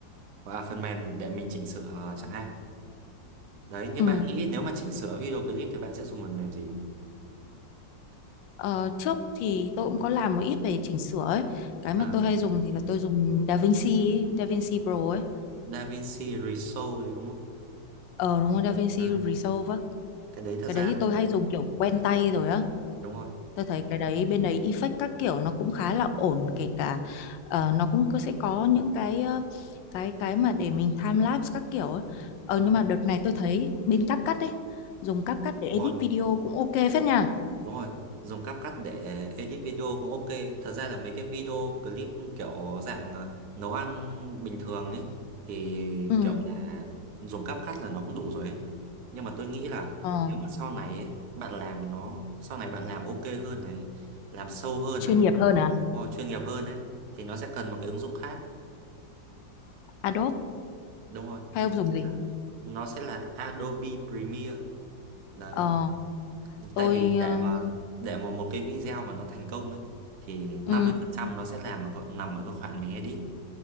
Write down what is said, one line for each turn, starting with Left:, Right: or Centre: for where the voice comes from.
Right: và phần mềm để mình chỉnh sửa ờ, chẳng hạn Đấy, như
Left: ừ.
Right: bạn nghĩ nếu mà chỉnh sửa video clip thì bạn sẽ dùng phần mềm gì?
Left: Ờ, trước thì tôi cũng có làm một ít về chỉnh sửa ấy. Cái mà
Right: À,
Left: tôi hay dùng thì là tôi dùng DaVinci, ấy, DaVinci Pro ấy.
Right: DaVinci Resolve thì đúng không?
Left: Ờ đúng rồi, DaVinci
Right: Đấy,
Left: Resolve á.
Right: cái đấy thật
Left: Cái
Right: ra
Left: đấy thì tôi
Right: là
Left: hay dùng kiểu quen tay rồi á.
Right: đúng rồi,
Left: Tôi thấy cái đấy bên đấy effect các kiểu nó cũng khá là ổn kể cả ờ, nó cũng cứ sẽ có những cái ờ, cái cái mà để mình time lapse các kiểu ấy. Ờ
Right: đúng
Left: nhưng
Right: rồi,
Left: mà đợt này tôi thấy bên CapCut ấy, dùng CapCut để
Right: đúng
Left: edit
Right: rồi.
Left: video cũng ok phết nha.
Right: Đúng rồi, dùng CapCut để edit video cũng ok. Thật ra là mấy cái video clip kiểu dạng ờ, nấu ăn bình thường ấy thì
Left: Ừ.
Right: kiểu là dùng CapCut là nó cũng đủ rồi ấy. Nhưng mà tôi nghĩ là
Left: Ờ,
Right: nếu mà sau này ấy, bạn làm nó sau này bạn làm ok hơn này, làm sâu hơn
Left: chuyên
Right: này,
Left: nghiệp hơn à?
Right: đúng rồi, chuyên nghiệp hơn ấy thì nó sẽ cần một cái ứng dụng khác.
Left: Adobe
Right: Đúng rồi.
Left: hay ông
Right: Nó
Left: dùng
Right: sẽ
Left: gì?
Right: là, nó sẽ là Adobe Premiere đấy.
Left: Ờ tôi
Right: tại vì để
Left: ờ,
Right: mà để mà một cái video mà nó thành công ấy thì 50%
Left: ừ,
Right: nó sẽ làm ở gọi- nằm ở cái khoản mình edit